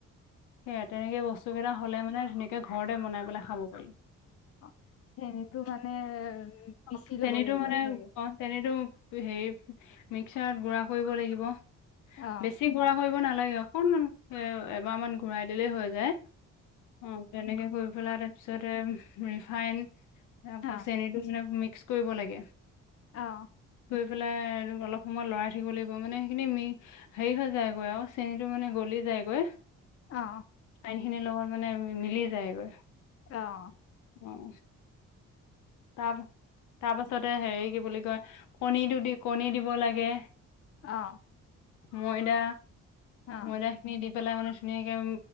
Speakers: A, on the left; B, on the left.
A: সেইয়া তেনেকে বস্তু কেইটা হলে মানে ধুনীয়াকে ঘৰতে বনাই পেলাই খাব পাৰি
B: অ চনীতো মানে উম, পিচি
A: অ
B: ল'ব
A: চেনীতটো
B: লাগিব
A: মানে,
B: চাগে
A: অ চনীটো হেৰি মিক্সাৰত গুড়া কৰিব লাগিব।
B: অ',
A: বেছি গুড়া কৰিব নালাগে নালাগে অকনমান এবাৰ মান ঘূৰাই দিলেই হৈ যায় অ তেনেকে কৰি পেলাৰ পিছতে ৰিফাইন তাৰ পছ
B: অ',
A: চনীটো মিক্স কৰিব লাগে
B: অহ
A: ধুই পেলাই অলপ সময় লৰাই থাকিব লাগিব, মানে সেইখিনি মি হেৰি হৈ যায়গৈ আৰু চেনীতটো মানে গলি যায়গৈ
B: অ
A: আইনখিনিৰ লগত মানে মিলি যায়গৈ
B: আহ
A: উম তাৰ তাৰপাছতে হেৰি কি বুলি কয়, কণীটো দি কণী দিব লাগে
B: অ
A: ময়দা,
B: অ',
A: ময়দা খিনি দি পেলাই মানে ধুনীয়াকৈ